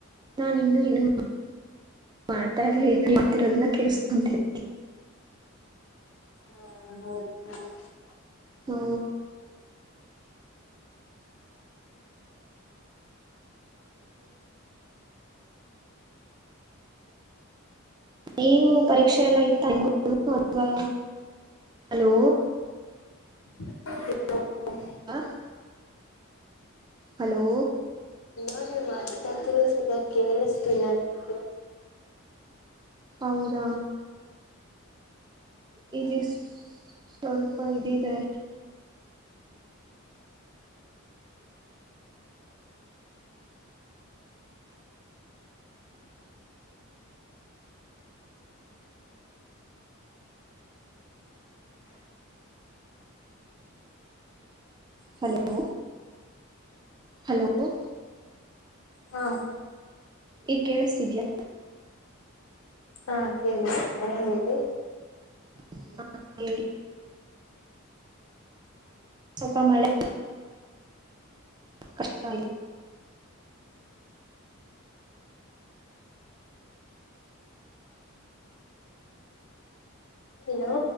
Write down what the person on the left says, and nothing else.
ಹ ಹೌದ.
<unintelligible>
ಅಯ್ಯೋ ಮಾತಾಡ್ತಿರೊದ್ ಸದಾ ಕೇಳಿಸ್ತಿಲ್ಲ ನನಗೆ.
ಹಾ
ಹಾ ಕೇಳತಿದ್ದ ಹೇಳಿ.
ಹಲೋ